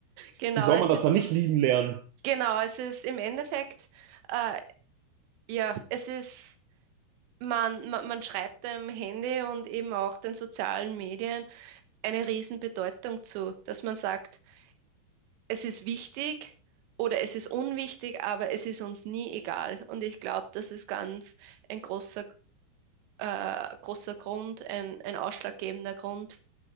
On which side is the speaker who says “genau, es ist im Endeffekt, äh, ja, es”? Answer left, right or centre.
Right